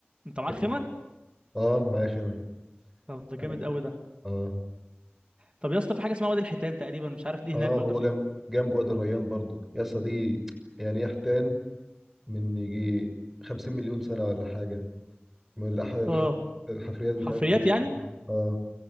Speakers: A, on the right; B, in the centre.
A: انت معاك
B: جامدة
A: خيمه
B: اه معايا خيمة
A: طب ده جامد
B: انا
A: قوي ده
B: اه
A: طب يا اسطى في حاجه اسمها وادي الحيتان تقريبا مش عارف دي
B: اه
A: هناك ولا
B: هو
A: فين
B: جنب جنب وادي الريان برضو يا اسطى دي يعني ايه حتان من يجي 50 مليون سنة ولا حاجة من الح... الح...
A: اه
B: الحفريات بتاعتها
A: حفريات
B: موجودة
A: يعني
B: لحد اه